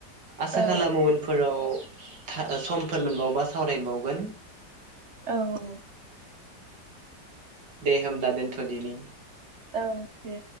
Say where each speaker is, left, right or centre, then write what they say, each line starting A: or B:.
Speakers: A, on the right; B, on the right.
A: आसा
B: औ
A: खालामो उनफोराव था समफोर मोनबावबा सावरायबावगोन
B: औ
A: दे होमब्ला दोनथ'दिनि
B: औ दे